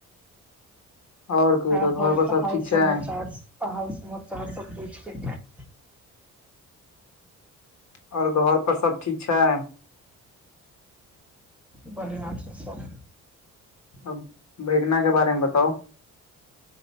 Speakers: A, on the left; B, in the centre.
A: आओर कहू
B: आ
A: तऽ घर
B: हाल
A: पर सब
B: हाल
A: ठीक छै
B: समाचार
A: आओर
B: समाचार सब पुछि क <unintelligible>
A: आओर घर पर सब ठीक छै
B: बढ़ियाँ छै सब
A: अब भेगना के बारेमे बताउ